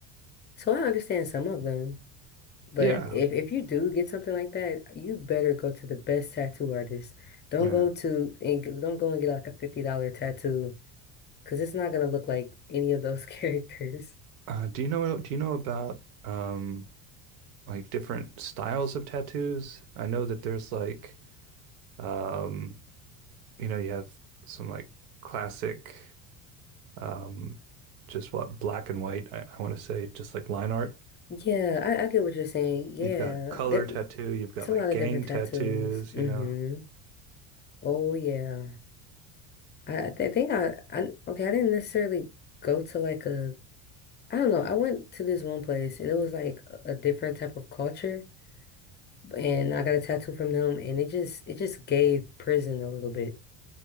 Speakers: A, on the left (about 25°); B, on the right (about 90°).
A: So I understand some of them. But
B: yeah,
A: if, if you do get something like that, you better go to the best tattoo artist. Don't
B: yeah.
A: go to and g- don't go and get like a $50 tattoo Because it's not going to look like any of those <laughs> characters.
B: Uh, do you know? Do you know about um, like different styles of tattoos? I know that there's like, um, you know, you have some like classic, um, just what black and white. I, I want to say just like line art.
A: Yeah, I, I get what you're saying. Yeah,
B: You've got color
A: there,
B: tattoo. You've got
A: it's a
B: like
A: lot of
B: gang
A: different tattoos.
B: tattoos.
A: hmm
B: You know. <laughs>
A: Oh, yeah. I, I th- think I, I, okay, I didn't necessarily go to like a, I don't know. I went to this one place and it was like a a different type of culture and I got a tattoo from them and it just, it just gave prison a little bit.